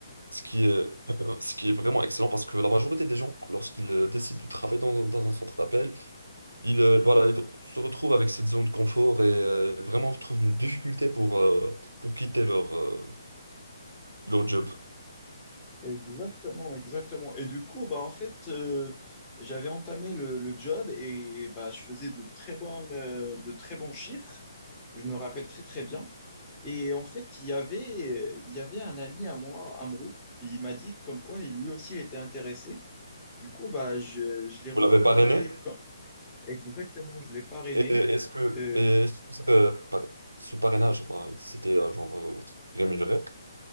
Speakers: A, on the right (about 75°); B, on the left (about 15°).
A: ce qui est, <clears throat> <laughs> ce qui est vraiment excellent parce que la majorité des gens, lorsqu'ils euh, décident de travailler dans, un- dans un centre d'appel, ils, euh, voilà, ils se retrouvent avec cette zone de confort et euh, vraiment trouvent une difficulté pour, euh, pour quitter leur, euh, leur job.
B: Exactement, exactement. Et du coup, bah, en fait, euh, j'avais entamé le, le job et bah, je faisais de très bonnes, euh, de très bons chiffres. Je me rappelle très, très bien. Et en fait, il y avait, euh, il y avait un ami à moi, Amrou, il m'a dit comme quoi il- lui aussi il était intéressé. Du coup, bah, je, je l'ai recommandé.
A: Vous l'avez parrainé?
B: co- Exactement, je l'ai parrainé.
A: Et Est-ce que,
B: Euh,
A: et est-ce que c'était euh, par- ce parrainage, enfin, c'était euh, genre euh, rémunéré?